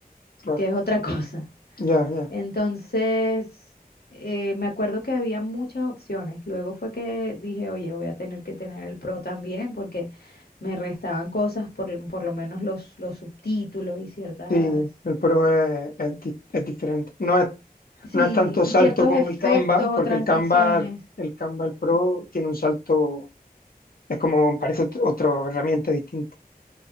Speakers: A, on the left; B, on the left.
A: claro,
B: que es otra <laughs> cosa.
A: ya, ya.
B: Entonces, eh, me acuerdo que había muchas opciones. Luego fue que dije, oye, voy a tener que tener el Pro también porque me restaban cosas, por, lo- por lo menos los, los subtítulos y ciertas,
A: Sí, el Pro es, es di- es diferente. No es,
B: sí,
A: no es tanto
B: y
A: salto
B: ciertos
A: como
B: efectos
A: el Canva,
B: o
A: porque
B: transiciones.
A: el Canva, el Canva, el Pro, tiene un salto, es como, parece ot- otra herramienta distinta.